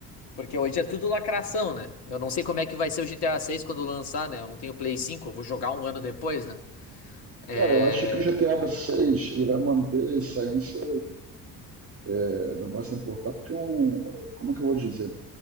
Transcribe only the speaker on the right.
Cara, eu acho que o GTA 6 ele vai manter a essência, é, não vai se importar, porque é um. Como é que eu vou dizer?